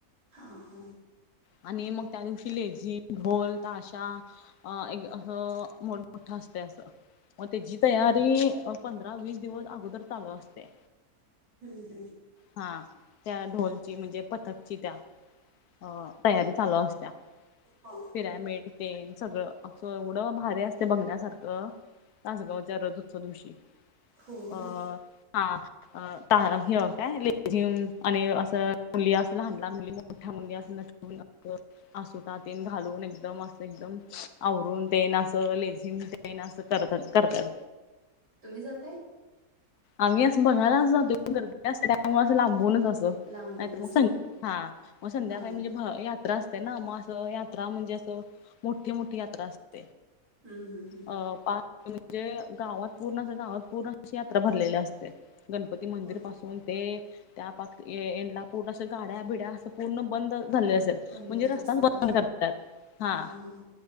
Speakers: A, on the right; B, on the left.
A: हा हो.
B: आणि मग त्या, दिवशी लेझीम ढोल ताशा. अ एक असं मोठ मठा अस ते असं, मग त्याची तयारी
A: होय हम्म
B: पंधरा वीस दिवस अगोदर चालू असते.
A: हम्म हम्म.
B: हां.. त्या ढोलची म्हणजे, पथकची त्या अं.. तयारी चालू असत्या,
A: हो
B: पिरॅमिड. तेन सगळं असं एवढं, भारी असते बघण्यासारखं. तासगावच्या रथ उत्सवादिवशी
A: होय
B: अ हा अ ता हे. काय लेझीम आणि असं, मुली असं लहान लहान मुली मोठ्या मुली असं नटून <unintelligible> असुटातीन घालून एकदम असं, एकदम आवरून ते ना असं लेझीम ते ते न, असं करत्यात करत्यात.
A: तुम्ही जाताय?
B: आम्ही असं बघायला जातोय, गर्दी असते असं लांबूनच असतो.
A: लांबूनच
B: नाही तर मग सं
A: हां
B: हा, मग संध्याकाळी
A: हां
B: म्हणजे यात यात्रा असते ना मग असं यात्रा म्हणजे, असं मोठी मोठी यात्रा असते.
A: हम् हम् हम.
B: अ म्हणजे गावात पूर्ण असं, गावात पूर्ण अशी यात्रा भरलेली असते. गणपती मंदिर
A: होय
B: पासून ते, त्या पाक एंड पूर्ण असं, गाड्या बिड्या असं पूर्ण बंद झालेलं असत्यात.
A: पंधरा
B: म्हणजे रस्ताच
A: तास ते
B: बंद
A: तासगाव
B: करतात
A: हां
B: हा.
A: हां हां